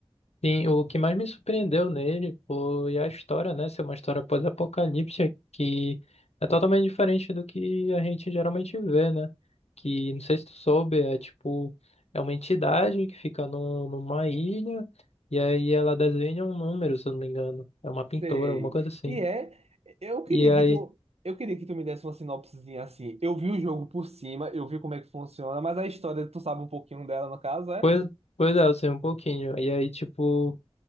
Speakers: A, on the left; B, on the right.
A: Sim, o que mais me surpreendeu nele foi a história, né? Ser uma história pós-apocalíptica que é totalmente diferente do que a gente geralmente vê, né? Que, não sei se tu soube, é tipo, é uma entidade que fica no, numa ilha e aí ela desenha um número, se eu não me engano. É uma pintora,
B: Sei.
A: alguma coisa assim.
B: E é, eu queria
A: E aí,
B: que tu, eu queria que tu me desse uma sinopsezinha assim. Eu vi o jogo por cima, eu vi como é que funciona, mas a história, tu sabe um pouquinho dela, no caso, é?
A: pois, pois é, eu sei um pouquinho. E aí, tipo.